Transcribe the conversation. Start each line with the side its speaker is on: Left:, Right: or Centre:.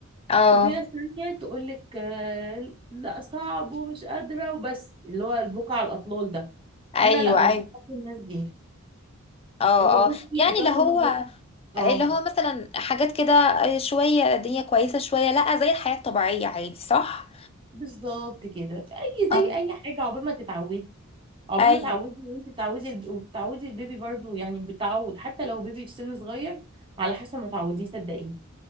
Left: اه
Right: وفي ناس تانية تقول لك آه، لا صعب ومش قادرة وبس اللي هو البكا على الاطلال ده
Left: ايوه
Right: فانا لا مش
Left: ايوه
Right: بحب الناس دي
Left: اه
Right: هو بصي
Left: اه يعني
Right: ده
Left: اللي هو
Right: كله ب-
Left: اللي
Right: اه
Left: هو مثلا حاجات كده آه، شوية الدنيا كويسة شوية لا زي الحياة الطبيعية عادي صح؟
Right: بالظبط كده اي
Left: اه
Right: زي اي حاجة عقبال ما تتعودي عقبال
Left: ايوه
Right: ما تعودي وانت تعودي الب... وتعودي البيبي برضو يعني بتعود حتى لو بيبي في سن صغير على حسب ما تعوديه صدقيني